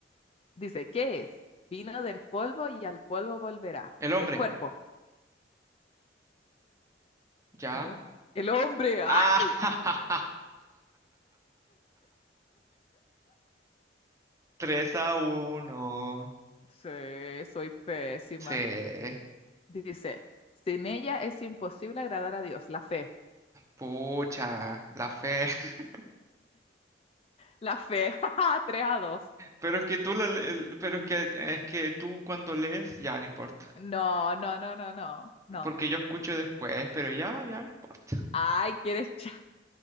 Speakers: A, on the left; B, on the right.
A: Dice, ¿qué es? Vino del polvo y al polvo volverá.
B: El hombre.
A: El cuerpo.
B: Ya.
A: A ver. El hombre. ¡Ay!
B: Ah, <laughs> Tres a uno.
A: Sí, soy pésima.
B: Sí.
A: Dice, sin ella es imposible agradar a Dios. La fe.
B: Pucha, la fe. <laughs>
A: La fe. <laughs> ¡Ja, ja! Tres a dos.
B: Pero es que tú la le- el- pero es que es que tú cuando lees ya no importa,
A: No, no, no, no, no. No.
B: porque yo escucho después, pero ya ya no importa.
A: Ay, quieres <laughs>